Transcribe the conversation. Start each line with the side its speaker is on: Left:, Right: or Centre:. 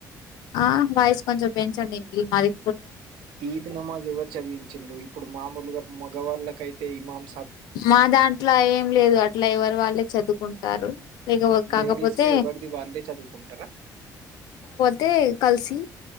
Left: ఆ వాయసు కొంచెం పెంచండి మళ్ళీ
Right: ఈద్ నమాజ్ ఎవరు చదివించిండ్రు ఇప్పుడు మామూలుగా మగవాళ్ళకైతే తెఇమామ్
Left: మా దాంట్లో ఏం లేదు అ ఇట్లా ఎవరు వాళ్ళే చదువుకుంటారు. లేకపో కాకపోతే
Right: లేడీస్ వి ఎవరిది వాళ్ళే చదువుకుంటారా
Left: తే కల్సి